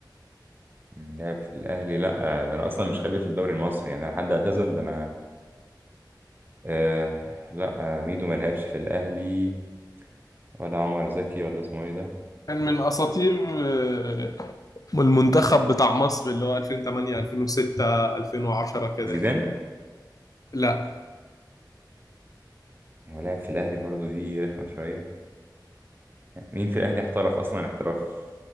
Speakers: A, on the right (about 25°); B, on the left (about 50°).
A: مم، لعب في الاهلي لا آه، ده انا اصلا مش خبير في الدوري المصري يعني انا حد اعتزل ده انا آه... لا آه، ميدو ما لعبش في الاهلي ولا عمر زكي ولا اسمه ايه ده
B: كان من أساطير آه، المنتخب بتاع مصر اللي هو 2008 2006 2010 كده
A: زيدان
B: يعني. لا
A: هو لاعب في الاهلي برضه دي رخمه شويه مين في الاهلي احترف اصلا احتراف